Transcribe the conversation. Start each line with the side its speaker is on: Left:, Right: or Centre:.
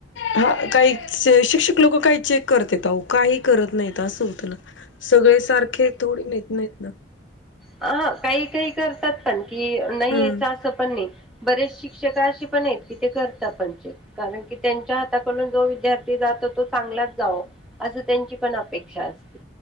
Left: हा काही शिक्षक लोक काही चेक करतेत काही करत नाहीत होत ना. सगळे सारखे थोडी नेत नाहीत ना.
Centre: अ काही काही करतात पण कि नाहीच
Left: हम्म.
Centre: असं पण नाही. बरेच शिक्षक अे पण आहेत की ते करतात पण कारण की त्यांच्या हाताकडून जो विद्यार्थी जातो तो चांगलाच जावो. असं त्यांची पण अपेक्षा असते.